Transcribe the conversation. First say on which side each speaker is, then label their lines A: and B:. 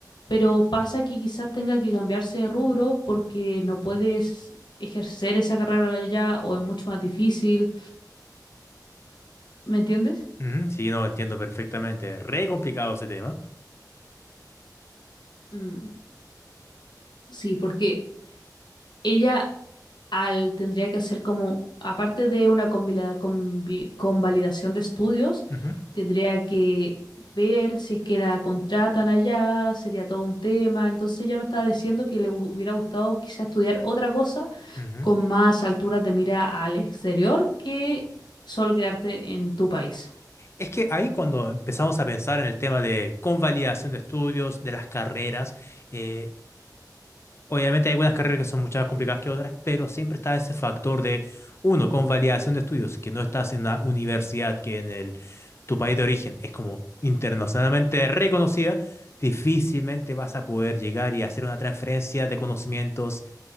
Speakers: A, on the left; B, on the left.
A: pero pasa que quizás tenga que cambiarse de rubro porque no puedes ejercer esa carrera allá o es mucho más difícil, ¿me entiendes?
B: Ujú, sí, no, entiendo perfectamente. Re complicado ese tema.
A: Mm. Sí, porque ella al tendría que hacer como, aparte de una convila- convi- convalidación de estudios,
B: Ujú,
A: tendría que ver si es que la contratan allá, sería todo un tema. Entonces ella me estaba diciendo que le hu- hubiera gustado quizá estudiar otra cosa
B: ujú.
A: con más alturas de mira al exterior que solo quedarte en tu país.
B: Es que ahí cuando empezamos a pensar en el tema de convalidación de estudios, de las carreras, eh, obviamente hay algunas carreras que son mucho más complicadas que otras, pero siempre está ese factor de, uno, convalidación de estudios, que no estás en una universidad que en el, tu país de origen es como internacionalmente reconocida, difícilmente vas a poder llegar y hacer una transferencia de conocimientos